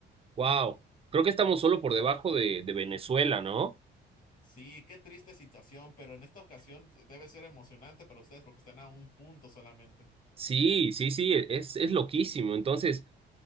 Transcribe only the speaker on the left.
Sí, qué triste situación, pero en esta ocasión debe ser emocionante para ustedes porque están a un punto solamente.